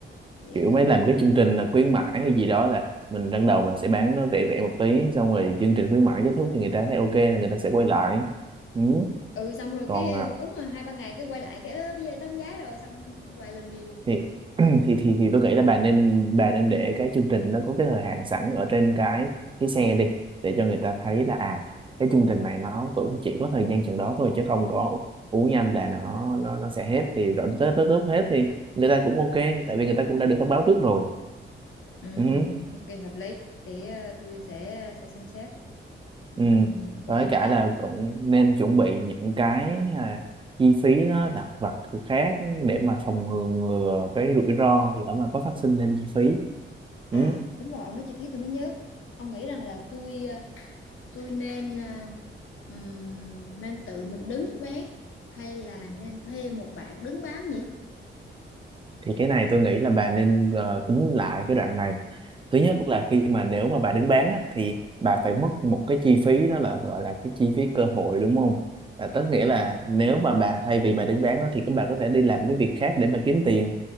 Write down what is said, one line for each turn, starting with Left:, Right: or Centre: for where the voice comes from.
Left: để
Right: kiểu
Left: cân
Right: mấy làm
Left: nhắc
Right: cái
Left: ha
Right: chương trình là khuyến mãi hay gì đó là mình ban đầu mình sẽ bán nó rẻ rẻ một tí xong rồi chương trình khuyến mãi kết thúc thì người ta thấy ok thì người ta sẽ quay lại ừ.
Left: ừ xong rồi
Right: còn
Left: cái
Right: à,
Left: uống rồi hai ba ngày cái quay lại cái "Ơ, bây giờ tăng giá rồi xong quay lần đi luôn
Right: thì <clears throat> thì thì thì tôi nghĩ là bà nên bà nên để cái chương trình nó có cái thời hạn sẵn ở trên cái cái xe đi để cho người ta thấy là à cái chương trình này nó cũng chỉ có thời gian chừng đó thôi chứ không có uống nhanh là nó nó nó sẽ hết thì rồi tới tới lúc hết thì người ta cũng ok tại vì người ta cũng đã được thông báo trước rồi
Left: Ừm,
Right: ừ
Left: ok hợp lý để ờ, tôi sẽ sẽ xem xét Ừm,
Right: ừ
Left: còn
Right: với
Left: gì nữa
Right: cả
Left: ta
Right: là cũng nên chuẩn bị những cái à, chi phí nó lặt vặt khác để mà phòng ngừa cái rủi ro lỡ mà có phát sinh thêm chi phí
Left: à
Right: ừ
Left: đúng rồi ông nói chi phí tôi mới nhớ ông nghĩ rằng là tôi ờ, tôi nên ờ, ừm, nên tự mình đứng bán hay là nên thuê một bạn đứng bán nhỉ
Right: thì cái này tôi nghĩ là bà nên ờ, tính lại cái đoạn này thứ nhất là khi mà nếu mà bà đứng bán á, thì bà phải mất một cái chi phí đó là gọi là cái chi phí cơ hội đúng không là tức nghĩa là nếu mà bà thay vì bà đứng bán đó thì các bà có thể đi làm cái việc khác để mà kiếm tiền